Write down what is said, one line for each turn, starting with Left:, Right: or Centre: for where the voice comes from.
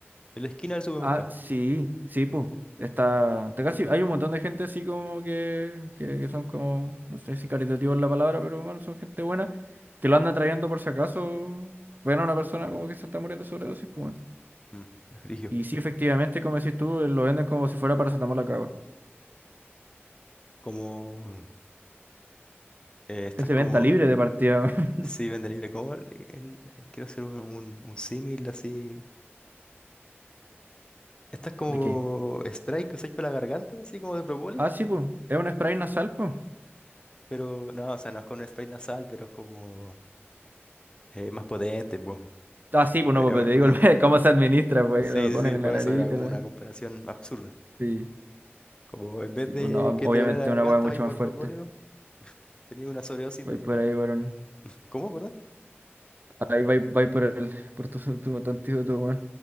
Left: la esquina del supermercado.
Right: Ah, sí, sí, pues. Está, te casi, hay un montón de gente así como que, que, que son como, no sé si caritativos es la palabra, pero bueno, son gente buena, que lo andan trayendo por si acaso ven a una persona como que se está muriendo de sobredosis, pues bueno.
Left: Mm, es frigio,
Right: Y sí, efectivamente, como decís tú, eh, lo venden como si fuera paracetamol acá, weón.
Left: como eh, estás
Right: Es de
Left: como,
Right: venta libre de partida. weón.
Left: sí, venden libre, como el, el- quiero hacer un, un, un símil así. Estás como
Right: <laughs> ¿De qué?
Left: spray que usáis para la garganta, así como de propóleo,
Right: Ah, sí, pues. Es un spray nasal, pues.
Left: pero no, o sea, no es con spray nasal, pero es como eh, más potente, pues.
Right: Ah, sí, pues no,
Left: Eh,
Right: pues
Left: a ver,
Right: pero te digo
Left: como
Right: el-
Left: un...
Right: <laughs> cómo se administra, pues.
Left: Sí,
Right: Te lo
Left: sí,
Right: ponen
Left: sí,
Right: en
Left: por
Right: la nariz,
Left: eso era
Right: y te
Left: como
Right: lo...
Left: una comparación absurda.
Right: Sí,
Left: Como en vez
Right: sí,
Left: de
Right: pues no, obviamente
Left: que te duele la garganta,
Right: una hueá mucho
Left: vais por
Right: más fuerte.
Left: propóleo, tenía una sobredosis
Right: Voy
Left: de...
Right: por ahí, weón.
Left: ¿Cómo, perdón?
Right: Ahí va, va por el, por tu, <laughs> tu, tu antídoto, weón.